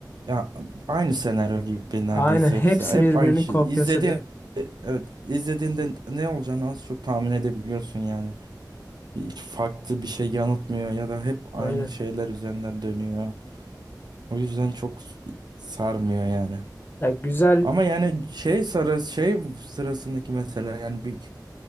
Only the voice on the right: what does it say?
ya aynı senaryo gibi neredeyse
hepsi. Hep
aynı şey.
İzlediğin
evet izlediğinde ne olacağını az çok tahmin edebiliyorsun yani. Hiç farklı bir şey yanıtmıyor ya da hep aynı
şeyler üzerinden dönüyor. O yüzden çok sarmıyor yani.
Ama yani şey sarı şey sırasındaki mesela yani bir